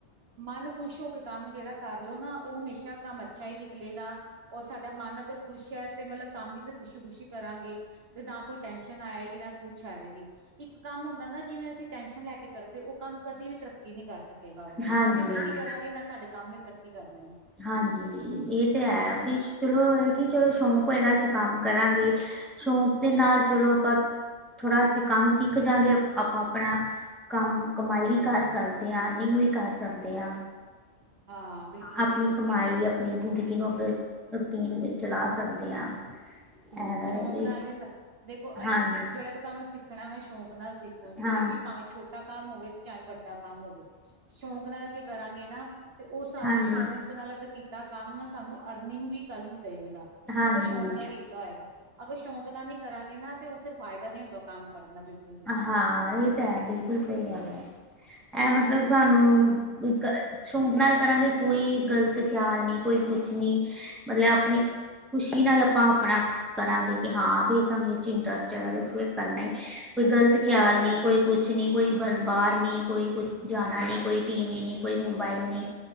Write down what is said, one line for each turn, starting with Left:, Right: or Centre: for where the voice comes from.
Right: ਮਨ ਖੁਸ਼ ਹੋ ਕੇ ਕੰਮ ਜਿਹੜਾ ਕਰਲੋ ਨਾ ਉਹ ਹਮੇਸ਼ਾ ਕੰਮ ਅੱਛਾ ਹੀ ਨਿਕਲੇਗਾ ਔਰ ਸਾਡਾ ਮਨ ਅਗਰ ਖੁਸ਼ ਹੈ ਤੇ ਮਤਲਬ ਕੰਮ ਵੀ ਅਂ ਖੁਸ਼ੀ ਖੁਸ਼ੀ ਕਰਾਂਗੇ ਤੇ ਨਾ ਕੋਈ ਟੈਨਸ਼ਨ ਆਏਗੀ ਨਾ ਕੁੱਛ ਆਏਗੀ ਇੱਕ ਕੰਮ ਹੁੰਦਾ ਨਾ ਜਿਵੇਂ ਅਸੀਂ ਟੈਂਸ਼ਨ ਲੈ ਕੇ ਕਰਦੇ ਉਹ ਕੰਮ ਕਦੇ ਵੀ ਤੱਕੀ ਕਰ ਸਕੇਗਾ ਮਤਲਬ
Centre: ਹਾਂਜੀ
Right: ਨਾ ਅਸੀਂ ਤਰੱਕੀ ਕਰਾਂਗੇ ਨਾ ਸਾਡੇ ਕੰਮ ਵੀ ਤਰੱਕੀ ਕਰਨੇ ਆ
Centre: ਹਾਂਜੀ ਇਹ ਤੇ ਹੈ ਵੀ ਚਲੋ ਹੈਗੀ ਚਲੋ ਸ਼ੌਂਕ ਹੋਏਗਾ ਅਸੀਂ ਕੰਮ ਕਰਾਂਗੇ ਸ਼ੌਕ ਦੇ ਨਾਲ ਚਲੋ ਆਪਾਂ ਥੋੜਾ ਅਸੀਂ ਕੰਮ ਸਿੱਖ ਜਾਂਗੇ, ਆਪਾਂ-ਆਪਣਾ ਕੰਮ ਕਮਾਈ
Right: ਹਾਂਜੀ
Centre: ਵੀ ਕਰ
Right: ਹਾਂਜੀ
Centre: ਸਕਦੇ ਆਂ, ਅਰਨਿੰਗ ਵੀ ਕਰ ਸਕਦੇ ਹਾਂ।
Right: ਹਾਂ ਬਿਲਕੁਲ
Centre: ਆਪਣੀ
Right: ਜੀ ਬਿਲਕੁਲ
Centre: ਕਮਾਈ ਆਪਣੀ ਜ਼ਿੰਦਗੀ ਨੂੰ ਅੱਗੇ ਰੂਟੀਨ ਚਲਾ ਸਕਦੇ ਹਾਂ
Right: ਹਮ
Centre: ਐਵੇਂ
Right: ਸ਼ੌਕ
Centre: ਵੀ
Right: ਨਾਲ ਹੀ ਸ ਦੇਖੋ ਅ
Centre: ਹਾਂਜੀ
Right: ਜਿਹੜਾ ਵੀ ਕੰਮ ਸਿੱਖਣਾ ਮੈਂ ਸ਼ੌਕ ਨਾਲ ਸਿੱਖੋ ਕੋਈ
Centre: ਹਾਂ
Right: ਵੀ ਭਾਵੇਂ ਛੋਟਾ ਕੰਮ ਹੋਵੇ ਚਾਵੇ ਵੱਡਾ ਕੰਮ ਹੋਵੇ ਸ਼ੌਕ ਨਾਲ ਅੱਗੇ ਕਰਾਂਗੇ ਨਾ ਤੇ ਉਹ ਸਾਨੂੰ
Centre: ਹਾਂਜੀ
Right: ਸ਼ੌਕ ਨਾਲ ਅਗਰ ਕੀਤਾ। ਕੰਮ ਸਾਨੂੰ ਅਰਨਿੰਗ ਵੀ ਕੱਲ ਨੂੰ ਦੇਵੇਗਾ
Centre: ਹਾਂਜੀ
Right: ਅਗਰ ਸ਼ੌਂਕ ਨਾਲ। ਕੀਤਾ ਹੋਏਗਾ ਅਗਰ ਸ਼ੌਂਕ ਨਾਲ ਨੀ ਕਰਾਂਗੇ ਨਾ ਤੇ ਉਹ ਫਿਰ ਫਾਇਦਾ ਨਹੀਂ ਹੁੰਦਾ ਕੰਮ ਕਰਨ ਦਾ ਬਿਲਕੁਲ ਵੀ।
Centre: ਹਾਂ ਇਹ ਤਾਂ ਹੈ ਬਿਲਕੁਲ ਸਹੀ ਗੱਲ ਏ। ਐ ਮਤਲਬ ਸਾਨੂੰ, ਇੱਕ ਸ਼ੌਕ ਨਾਲ ਕਰਾਂਗੇ, ਕੋਈ ਗ਼ਲਤ ਖਿਆਲ ਨਹੀਂ ਕੋਈ ਕੁਛ ਨੀ, ਮਤਲਬ ਆਪਣੀ ਖੁਸ਼ੀ ਨਾਲ ਆਪਾਂ-ਆਪਣਾ ਕਰਾਂਗੇ ਕਿ ਹਾਂ, ਬਈ ਸਾਨੂੰ ਚ ਇੰਟਰਸਟ
Right: ਹਾਂ
Centre: ਹੈਗਾ <unintelligible> ਕੋਈ ਗਲਤ ਖਿਆਲ
Right: ਹਾਂਜੀ ਹਾਂਜੀ
Centre: ਨੀ, ਕੋਈ ਕੁ ਕੁਛ ਨਹੀਂ, ਕੋਈ ਬ ਬਾਹਰ ਨਹੀਂ, ਕੋਈਛ ਜਾਣਾ ਨਹੀਂ, ਕੋਈ ਟੀਵੀ ਨਹੀਂ, ਕੋਈ ਮੋਬਾਈਲ ਨਹੀਂ